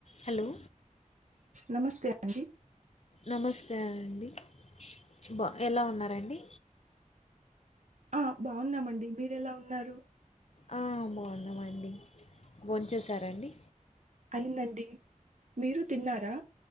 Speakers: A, on the left; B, on the right.
A: Hello
B: నమస్తే అండి
A: నమస్తే అండి బా ఎలా ఉన్నారండి
B: ఆ బాగున్నామండి మీరు ఎలా ఉన్నారు
A: ఆ బాన్నామండి భోంచేసారా అండి
B: అయిందండి మీరు తిన్నారా